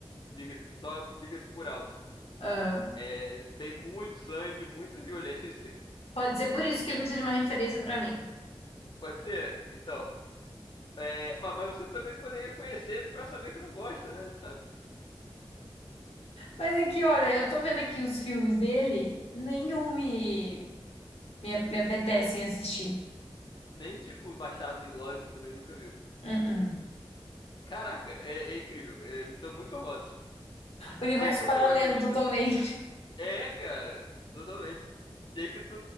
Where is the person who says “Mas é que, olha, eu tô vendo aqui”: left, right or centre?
Left